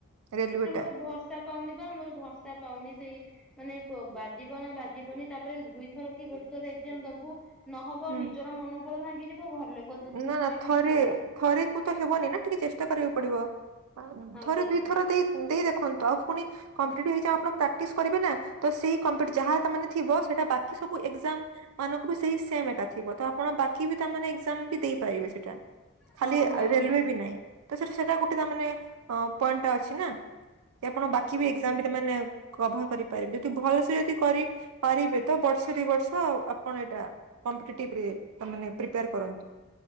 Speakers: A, on the right; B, in the centre.
A: ରେଲୱେ
B: ସେ ମୋର
A: ଟା
B: ଭରସା ପାଉନି ବା ମୋର ଭରସା ପାଉନି ସେଇ ମାନେ ପ ବାଜିବ ନା ବାଜିବନି ତାପରେ ଦୁଇଥର କି ଗୋଟେ ଥର ଏକ୍ଜାମ ଦବୁ। ନହବ
A: ହୁଁ
B: ନିଜର ମନବୋଳ ଭାଙ୍ଗିଯିବ ଘର ଲୋକ
A: ନା ନା
B: କହିବେ ଦିଥର।
A: ଥରେ କୁ ତ ହେବନି ନା ଟିକେ ଚେଷ୍ଟା କରିବାକୁ ପଡ଼ିବ
B: ଆଜ୍ଞା
A: ଥରେ
B: ଆଜ୍ଞା।
A: ଦୁଇଥର ଦେଇ ଦେଇ ଦେଖନ୍ତୁ ଆଉ ଫୁଣି କମ୍ପିଟେଟିଭ ଏକ୍ଜାମ ଆପଣ ପ୍ରାଟିସ କରିବେ ନା ତ ସେଇ କମ୍ପିଟ ଯାହା ତା ମାନେ ଥିବ ସେଇଟା ବା କି ସବୁ ଏକ୍ଜାମ ମାନଙ୍କୁ ବି ସେଇ ସେମ ଏକା ଥିବ ତ ଆପଣ ବାକି ବି ତା ମାନେ ଏକ୍ଜା ଜାମ୍ ଦେଇପାରିବେ ସେଇଟା ଖାଲି
B: ହଁ ହଁ
A: ରେଲୱେ
B: ହଁ।
A: ବି ନାଇଁ। ତ ସେଟା ସେଟା ଗୋଟେ ତାମାନେ ପଏଣ୍ଟଟା ଅଛି ନା ଆପଣ ବାକିଵି
B: ହଁ
A: ଏକ୍କାମ
B: ଠିକ
A: ବି ତା
B: ଠିକ
A: ମାନେ କଭର କରିପାରିବେ ଯଦି ଭଲସେ ଯଦି କରିପାରିବେ ତ ବର୍ଷ ଦି ବର୍ଷ ଆପଣ ଏଇଟା କମ୍ପିଟିଟିବରେ ତାମାନେ ପ୍ରିପାୟାର କରନ୍